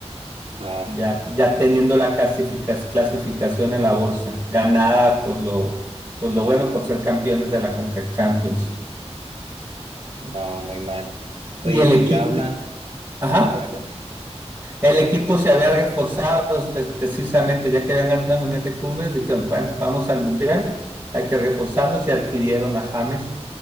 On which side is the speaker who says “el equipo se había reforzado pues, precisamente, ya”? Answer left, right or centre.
Right